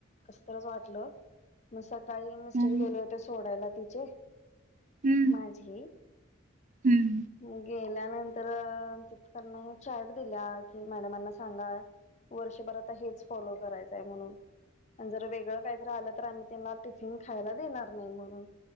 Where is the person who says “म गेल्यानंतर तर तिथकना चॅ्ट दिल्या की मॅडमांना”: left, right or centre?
Left